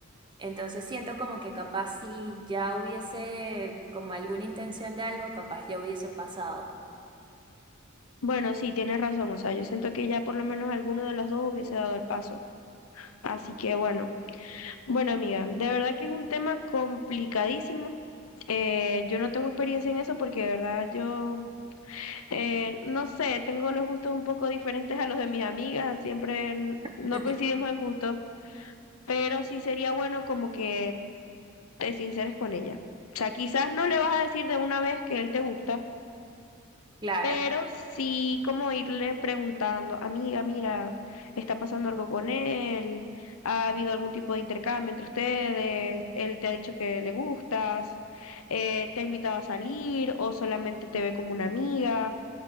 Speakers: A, on the right; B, on the left.
A: Entonces siento como que capaz si ya hubiese como alguna intención de algo, capaz ya hubiese pasado.
B: Bueno, sí, tienes razón, o sea, yo siento que ya por lo menos alguno de los dos hubiese dado el paso. Así que bueno, bueno amiga, de verdad que es un tema complicadísimo. Eh, yo no tengo experiencia en eso porque de verdad yo Eh, no sé, tengo los gustos un poco diferentes a los de mis amigas, siempre n-
A: <laughs>
B: no coincidimos en gustos, pero sí sería bueno como que te sinceres con ella. O sea, quizás no le vas a decir de una vez que él te gusta,
A: Claro,
B: pero sí como irle preguntando, amiga, mira, está pasando algo con él, ha habido algún tipo de intercambio entre ustedes, él te ha dicho que le gustas, eh, te ha invitado a salir o solamente te ve como una amiga